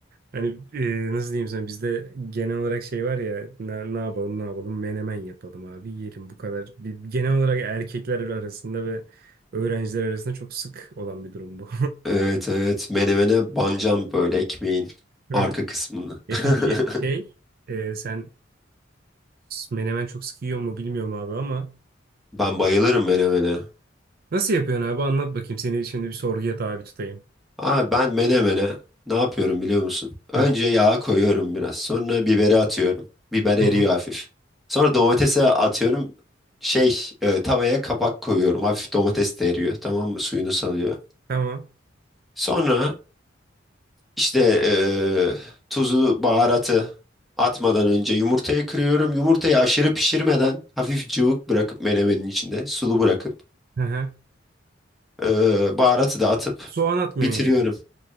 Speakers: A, on the right; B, in the centre.
A: Hani e, nasıl diyeyim sana bizde genel olarak şey var ya ne, ne yapalım ne yapalım menemen yapalım abi yiyelim bu kadar. Bir, genel olarak erkekler arasında ve öğrenciler arasında çok sık olan bir durum bu.
B: Evet evet menemene bancam böyle ekmeğin
A: <laughs>
B: arka kısmını. <laughs>
A: E peki şey e, sen menemen çok sık yiyor mu bilmiyorum abi ama
B: Ben bayılırım menemene.
A: nasıl yapıyorsun abi anlat bakayım seni şimdi bir sorguya tabi tutayım.
B: Abi ben menemene ne yapıyorum biliyor musun? Önce
A: Heh,
B: yağa koyuyorum biraz. Sonra biberi atıyorum. Biber
A: tamam.
B: eriyor hafif. Sonra domatese atıyorum. Şey e, tavaya kapak koyuyorum. Hafif domates de eriyor. Tamam mı? Suyunu salıyor.
A: Tamam.
B: Sonra İşte eee, tuzu, baharatı atmadan önce yumurtayı kırıyorum. Yumurtayı aşırı pişirmeden hafif cıvık bırakıp menemenin içinde sulu bırakıp
A: Hı hı.
B: eee, baharatı da atıp
A: Soğan atmıyorsun
B: bitiriyorum.
A: yani.